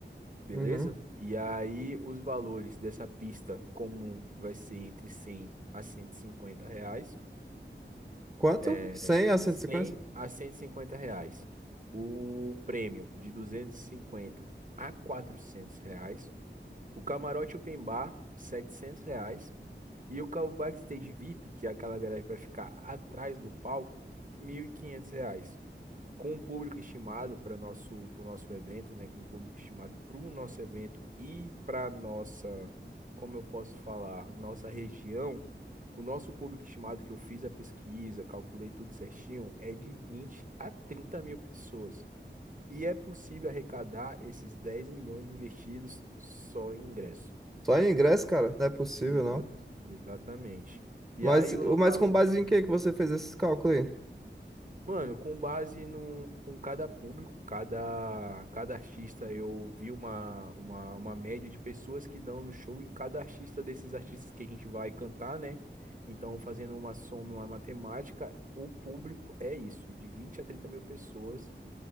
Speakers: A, on the right; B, on the right.
A: beleza?
B: Uhum.
A: E aí os valores dessa pista comum vai ser entre 100 a 150 reais.
B: Quanto?
A: É,
B: Cem a cento
A: 100
B: e cinquenta?
A: a 150 reais. O prêmio de 250 a 400 reais. O camarote open bar, 700 reais. E o ca- o backstage VIP, que é aquela galera que vai ficar atrás do palco, 1.500 reais com um público estimado para o nosso, para o nosso evento, né? Com um público estimado para o nosso evento e para nossa, como eu posso falar, nossa região, o nosso público estimado que eu fiz a pesquisa, calculei tudo certinho, é de 20 a 30 mil pessoas. E é possível arrecadar esses 10 milhões investidos só em ingresso.
B: Só em ingresso, cara? Não é possível,
A: Exa-
B: não.
A: exatamente. E
B: Mas,
A: aí o local
B: mas com base em que que você fez esses cálculos aí?
A: Mano, com base num, com cada público, cada, cada artista, eu vi uma, uma, uma média de pessoas que dão no show em cada artista desses artistas que a gente vai cantar, né? Então, fazendo uma soma, uma matemática, o público é isso, de 20 a 30 mil pessoas